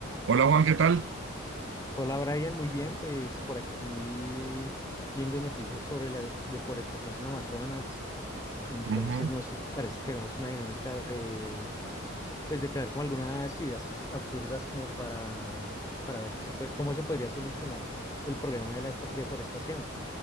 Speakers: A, on the right (about 60°); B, on the left (about 15°).
A: Hola Juan, ¿qué tal?
B: Hola Brian, muy bien, pues por aquí viendo noticias sobre la des- deforestación en Amazonas. Entonces,
A: Ujú.
B: no sé si te parece que hagamos una dinámica de, pues de crear como algunas ideas absurdas como para, para ver qué se puede- cómo se podría solucionar el problema de la defo- deforestación.